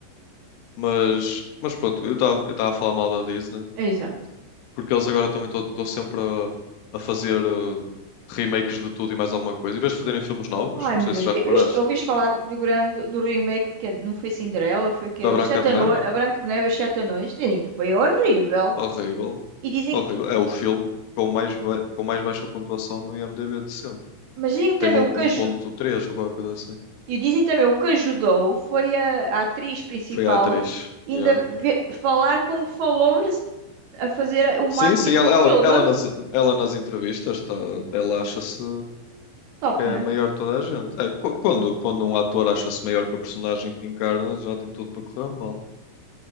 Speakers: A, on the left; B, on the right.
A: Mas, mas pronto, eu estava eu estava a falar mal da Disney,
B: é exato.
A: porque eles agora também estão sempre a, a fazer eh, remakes de tudo e mais alguma coisa. Em vez de fazerem filmes novos,
B: Ai,
A: não
B: meu
A: sei se
B: Deus,
A: já
B: vi-
A: reparaste,
B: viste, ouviste falar do grande, do remake, que é- não foi Cinderela, foi que
A: da
B: é,
A: Branca
B: Os Sete
A: de
B: Anões,
A: Neve,
B: a Branca de Neve e os Sete Anões, dizem que foi horrível.
A: horrível,
B: E dizem
A: horrível.
B: que,
A: É o filme com mais, ba- com mais baixa pontuação no IMDb de sempre,
B: mas dizem
A: que
B: que
A: tem
B: também
A: o
B: o que
A: 1.3
B: ajudou
A: ou qualquer coisa assim.
B: E dizem também, o que ajudou foi a, a atriz principal
A: Foi a atriz.
B: ainda
A: yeah.
B: ve- falar como falou-nos a fazer o marketing
A: Sim, sim, ela,
B: do filme.
A: ela, ela nas, ela nas entrevistas, tá, ela acha-se
B: Top,
A: que é
B: né?
A: maior de toda a gente. É, qu- quando, quando um ator acha-se maior que a personagem que encarna, já tem tudo para correr mal.